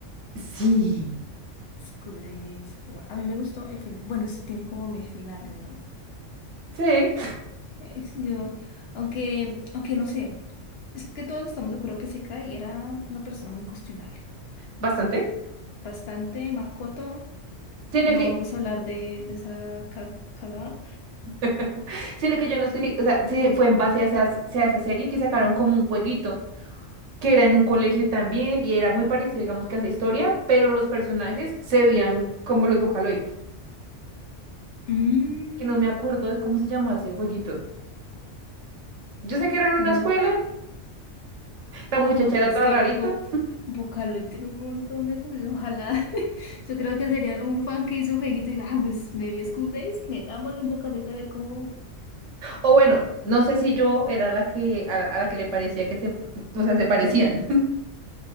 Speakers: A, on the right; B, on the left.
A: <laughs> Sí.
B: School Days, qué bueno. A mí me gustó el final. Bueno, eso tiene como mil finales, ¿no?
A: Sí,
B: Es- yo, aunque, aunque no sé. Es que todos estamos de acuerdo que Sekai era una persona muy cuestionable.
A: Bastante.
B: Bastante, Makoto.
A: Sino
B: No
A: que,
B: vamos a hablar de, de esa ca- cagada.
A: <laughs> sino que yo no sé, o sea, si fue en base a esa, a esa serie que sacaron como un jueguito, que era en un colegio también, y era muy parecido, digamos, que a esa historia, pero los personajes se veían como los Vocaloid,
B: Mm,
A: que no me acuerdo cómo se llamaba ese jueguito. Yo sé que era en
B: bueno,
A: una escuela, la muchacha
B: no, pero
A: era
B: es
A: toda
B: que
A: rarita,
B: Bo Vocaloid tiene un montón de cosas. Ojalá. <laughs> Yo creo que sería algún fan que hizo jueguito y diga, ah, pues me vi School Days, metámoslo en Vocaloid a ver cómo.
A: o bueno, no sé si yo era la que, a, a la que le parecía que se, o sea, se parecían. <laughs>